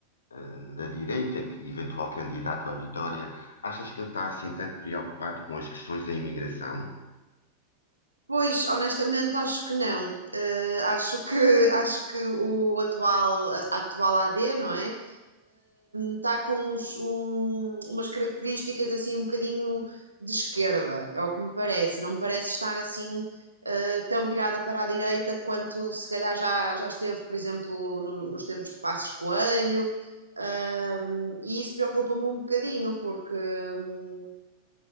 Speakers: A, on the left; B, on the right.
A: eh, da direita, que eventual candidato à vitória, achas que ele está assim tanto preocupado com as questões da imigração?
B: Pois, honestamente, acho que não. Eh, acho que, <laughs> acho que o atual, a a atual AD, não é? Está com uns- um- umas características assim um bocadinho de esquerda, é o que me parece. Não me parece estar assim eh, tão virada para a direita quanto se calhar já, já esteve, por exemplo, no- nos tempos de Passos Coelho. Ahm, e isso preocupa-me um bocadinho, porque hum,